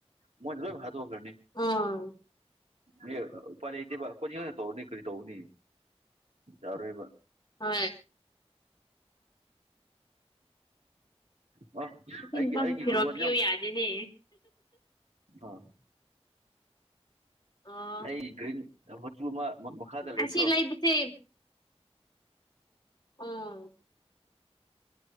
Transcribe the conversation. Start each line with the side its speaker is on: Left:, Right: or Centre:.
Right: ꯃꯣꯏ ꯂꯣꯏ ꯍꯥꯠꯇꯣꯛꯈ꯭ꯔꯅꯤ
Left: ꯑꯥ
Right: ꯑꯦ ꯎꯄꯥꯏ ꯂꯩꯇꯦꯕ ꯀꯣꯔꯤꯌꯥꯅ ꯇꯧꯔꯅꯤ ꯀꯔꯤ ꯇꯧꯅꯤ ꯌꯥꯔꯣꯏꯕ
Left: ꯍꯣꯏ
Right: ꯃꯥ
Left: ꯑꯁꯤ
Right: ꯑꯩꯒꯤ
Left: ꯅꯨꯄꯥꯁꯦ
Right: ꯑꯩꯒꯤ
Left: ꯐꯤꯔꯣꯜ
Right: <unintelligible>
Left: ꯄꯤꯌꯨ ꯌꯥꯗꯦꯅꯦ
Right: ꯑꯥ
Left: ꯑꯥ
Right: ꯑꯩ ꯒ꯭ꯔꯤꯟ ꯃꯆꯨ ꯑꯃ ꯃꯈꯥꯗ ꯂꯩꯕꯗꯣ
Left: ꯑꯁꯤ ꯂꯥꯩꯕꯁꯦ ꯑꯥ